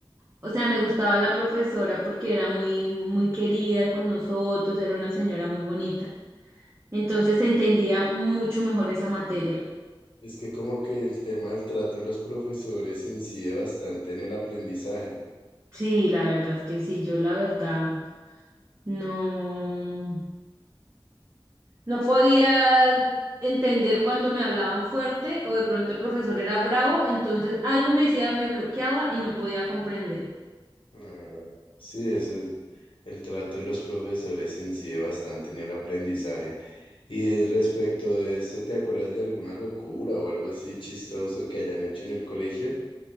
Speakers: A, on the right; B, on the left.
A: o sea, me gustaba la profesora porque era muy, muy querida con nosotros, era una señora muy bonita. Entonces se entendía mucho mejor esa materia.
B: Es que como que el tema del trato de los profesores incide bastante en el aprendizaje.
A: Sí, la verdad es que sí, yo la verdad no, no podía entender cuando me hablaban fuerte o de pronto el profesor era bravo, entonces algo me decía, me bloqueaba y no podía comprender.
B: Ah, sí, eso, el trato de los profesores incide bastante en el aprendizaje. Y eh, respecto de eso, ¿te acuerdas de alguna locura o algo así chistoso que hayan hecho en el colegio?